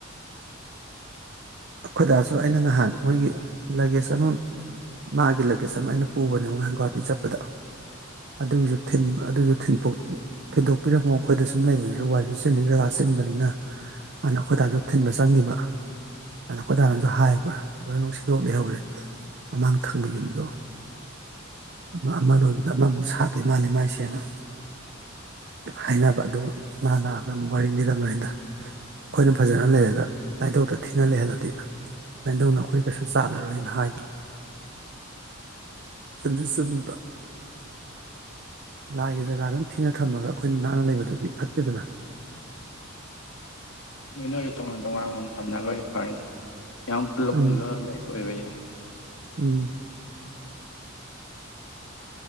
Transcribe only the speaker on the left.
ꯅꯣꯏ ꯅꯣꯏ ꯇꯣꯉꯥꯟ ꯇꯣꯉꯥꯟꯕꯝ ꯊꯞꯅꯒꯔꯒꯤ ꯐꯥꯔꯦꯗ ꯌꯥꯝ ꯄꯨꯜꯂ
ꯄꯨꯜꯂꯞ ꯂꯩꯕ ꯂꯩꯕꯅꯤꯅ